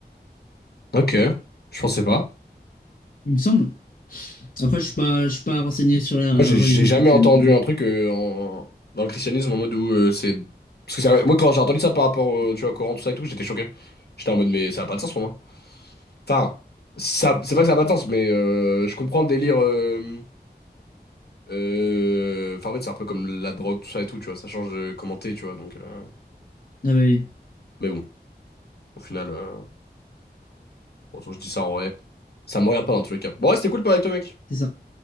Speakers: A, on the left; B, on the left.
A: Ok, je pensais pas.
B: Il me semble. Après, je suis pas, je suis pas renseigné sur la
A: Moi, j'ai
B: religion
A: j'ai jamais
B: chrétienne.
A: entendu un truc euh, en- dans le christianisme en mode où euh, c'est... Parce que ça- moi, quand j'ai entendu ça par rapport au, tu vois, au Coran, tout ça et tout, j'étais choqué. J'étais en mode, mais ça a pas de sens pour moi. Enfin, ça, c'est pas que ça n'a pas de sens, mais euh, je comprends le délire. euh, euh, Enfin, en fait, c'est un peu comme la drogue, tout ça et tout, tu vois. Ça change de comment t'es, tu vois. Donc, euh,
B: Ah bah oui,
A: Mais bon, au final, euh, bon, je dis ça en vrai. Ça me regarde pas dans tous les cas. Bon, ouais, c'était cool de parler avec toi, mec.
B: c'est ça.